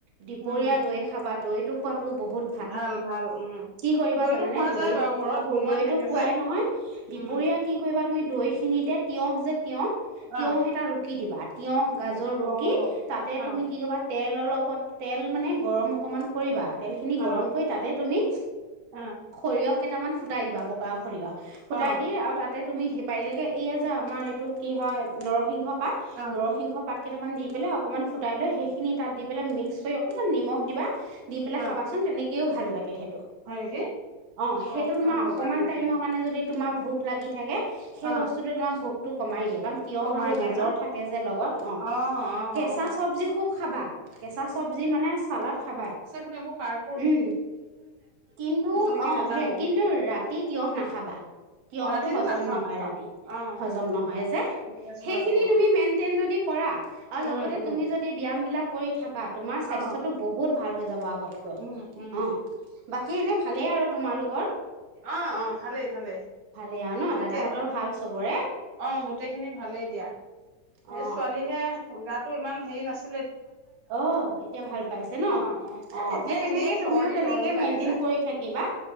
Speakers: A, on the right; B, on the right.
A: দুপৰীয়া
B: উম
A: দৈ খাবা, দৈটো খোৱাটো বহুত
B: ভাল, ভাল উম।
A: কি কৰিবা
B: দৈটো
A: জানানে?
B: খোৱা
A: দৈ
B: যায় বাৰু ঘৰত
A: <inaudible>
B: বনোৱাই
A: দৈটো
B: থাকে
A: খুৱাই
B: যে
A: নহয়, দুপৰীয়া
B: উম
A: কি কৰিবা তুমি দৈ খিনিতে, তিঁয়হ যে তিঁয়হ তিঁয়হ
B: অ
A: এটা ৰু ৰুকি দিবা। তিঁয়হ, গাজৰ ৰুকি
B: অ
A: তাতে
B: অ
A: তুমি কি কৰিবা? তেল অলপত, তেল মানে গৰম অকমান কৰিবা। তেলখিনি
B: অ
A: গৰম কৰি তাতে তুমি
B: অ
A: সৰিয়হ কেইটামান ফুটাই দিবা। বগা সৰিয়হ ফুটাই
B: অ
A: দি আৰু তাতে তুমি হে পাৰিলেকে এইয়া যে, আমাৰ এইটো কি হয়? নৰসিংহ পাত,
B: অ
A: নৰসিংহ পাত কেইটামান দি পেলাই অকমান ফুটাই লৈ, সেইখিনি তাত দি পেলাই মিক্স কৰি অকমান নিমখ দিবা। দি পেলাই
B: অ
A: খাবা। চোন, তেনেকেও ভাল লাগে সেটো,
B: হয় নেকি
A: অঁ, সেইটো
B: অ
A: তোমাৰ
B: খাম ৰবা
A: অকমান
B: তেনেকে
A: টাইমৰ কাৰণে যদি তোমাৰ ভোক লাগি থাকে। সেই
B: অ
A: বস্তুটোৱে তোমাৰ ভোকটো কমাই দিয়ে। কাৰণ তিঁয়হ
B: কমাই
A: আৰু
B: দিয়ে
A: গাজৰ
B: ন
A: থাকে যে লগত। অঁ,
B: অ অ
A: কেঁচা
B: অ
A: চব্জি খুব খাবা। কেঁচা চব্জি মানে চালাদ খাবাই।
B: সেইবোৰ কাৰনে
A: উম, কিন্তু
B: নেকি
A: অঁ,
B: নাজানো
A: হেই কিন্তু ৰাতি তিঁয়হ নাখাবা। তিঁয়হটো
B: অ ৰাতিটো
A: হজম
B: নাখাও
A: নহয়
B: নাখাও
A: ৰাতি।
B: অ
A: হজম নহয় যে,
B: গেছ
A: সেইখিনি
B: হয় বহুত
A: তুমি মেইনটেইন যদি কৰা আৰু
B: উম
A: লগতে
B: উম
A: তুমি যদি ব্যায়াম বিলাক কৰি থাকা। তোমাৰ স্বাস্থ্যটো
B: অ
A: বহুত ভাল হৈ যাব আগতকৈ।
B: উম, উম।
A: অ বাকী এনেই ভালেই আৰু তোমালোকৰ?
B: অঁ, অঁ ভালেই, ভালেই।
A: ভালেই আৰু ন
B: তাকে
A: দাদাহঁতৰ ভাল চবৰে
B: অঁ, গোটেইখিনি ভালেই দিয়া।
A: অ
B: এই ছোৱালীহে গাটো ইমান হেৰি নাছিল।
A: অ--এতিয়া ভাল পাইছে ন?
B: অ অ এ
A: অঁ,
B: এতিয়া
A: হেই তেনেকে
B: এনেই চৰ্দি
A: তুমিও তেনেকেই
B: তৰ্দি লাগে
A: মেইনটেইন
B: যে
A: কৰি থাক্‌ কিবা